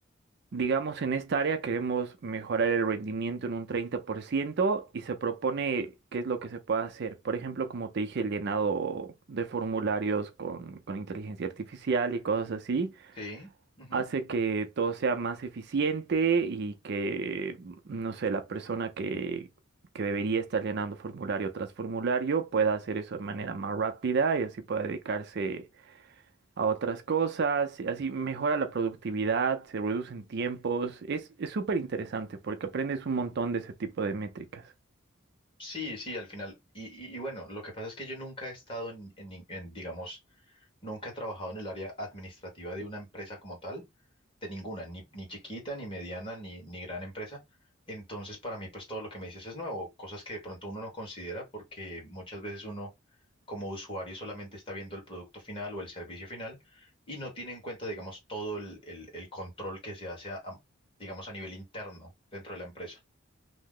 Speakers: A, on the right; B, on the left.
A: Digamos, en esta área queremos mejorar el rendimiento en un 30% y se propone qué es lo que se puede hacer. Por ejemplo, como te dije, el llenado de formularios con, con inteligencia artificial y cosas así,
B: Sí, ujú.
A: hace que todo sea más eficiente y que, no sé, la persona que, que debería estar llenando formulario tras formulario pueda hacer eso de manera más rápida y así pueda dedicarse a otras cosas, y así mejora la productividad, se reducen tiempos, es es súper interesante porque aprendes un montón de ese tipo de métricas.
B: Sí, sí, al final. Y, y- y bueno, lo que pasa es que yo nunca he estado en, en, en, digamos, nunca he trabajado en el área administrativa de una empresa como tal. de ninguna, ni, ni chiquita, ni mediana, ni, ni gran empresa. Entonces, para mí, pues todo lo que me dices es nuevo, cosas que de pronto uno no considera porque muchas veces uno como usuario solamente está viendo el producto final o el servicio final y no tiene en cuenta, digamos, todo el, el- el control que se hace, a- a- digamos, a nivel interno dentro de la empresa.